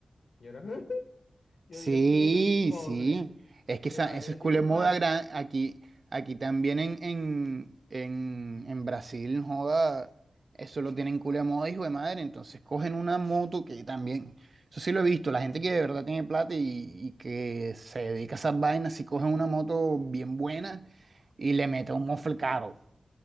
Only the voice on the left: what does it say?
Yo era, <laughs> yo
millón quinientos por un mofle.
Me va a
tener
que chupar.